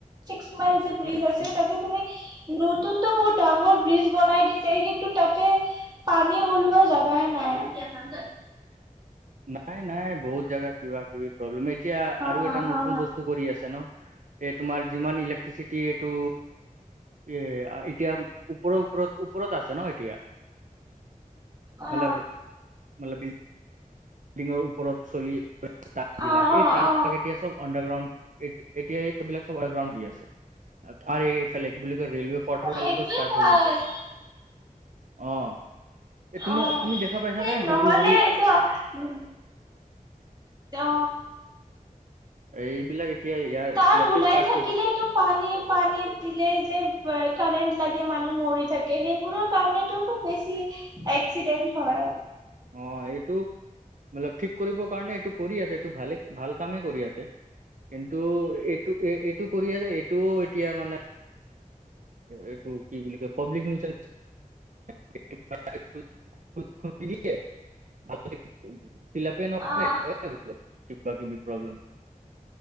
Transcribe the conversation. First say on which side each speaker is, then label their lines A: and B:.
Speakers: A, on the right; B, on the right.
A: কিছুমান যে ব্ৰীজ
B: অ
A: আছে
B: এই-
A: তাতে তুমি। নতুনতো বহুত ডাঙৰ ব্ৰীজ বনাই দিছে কিন্তু তাতে পানী ওলোৱা জোগা নাই। থ
B: নাই নাই বহুত জাগা কিবা কিবি প্ৰব্লেম এতিয়া আৰু
A: হা
B: এটা
A: হা
B: নতুন বস্তু কৰি আছে ন এ তোমাৰ যিমান ইলেক্ট্ৰিচিটি এইটো এ এতিয়া ওপৰৰ ওপৰত ওপৰত আছে ন এতিয়া
A: অ
B: মতলব বিল্ডিঙৰ ওপৰত চলি তাঁ বিলাক
A: অ অ
B: এই তাঁৰ
A: অ
B: বিলাক এতিয়া চব আণ্ডাৰগ্ৰাউণ্ড এতিয়া ইবিলাক চৱগ্ৰাউণ্ড দি আছে। তোমাৰ এফাল বুলি কয় ৰেলৱে কোৱাটাৰ
A: অ সেইটোৱে
B: ফালে টো ষ্টাৰট
A: ভাল
B: হৈ গৈছে। অ এই তুমি
A: অ
B: তুমি
A: সেই
B: দেখা পাইছা নে
A: নহলে
B: সৰু সৰু
A: ত উম অ
B: এইবিলাক এতিয়া ইয়াৰ
A: তাৰ
B: ইয়াতে
A: ওলাই
B: ষ্টাৰ্ট
A: থাকিলেটো
B: কৰিছে
A: পানী পানীত দিলে যে কাৰেণ্ট লাগে মানুহ মৰি থাকে সেইবোৰৰ কাৰণেতো বেছি এক্সিডেণ্ট হয়
B: অ এইটো মতলব ঠিক কৰিব কাৰণে এইটো কৰি আছে এইটো ভালে ভাল কামে কৰি আছে কিন্তু এই এইটো এ এইটো কৰি আছে এইটোও এতিয়া মানে এইটো কি বুলি কয় পাব্লিক নিউজ <unintelligible> ফিলআপ নকৰে
A: আহ
B: কিবা কিবি প্ৰব্লেম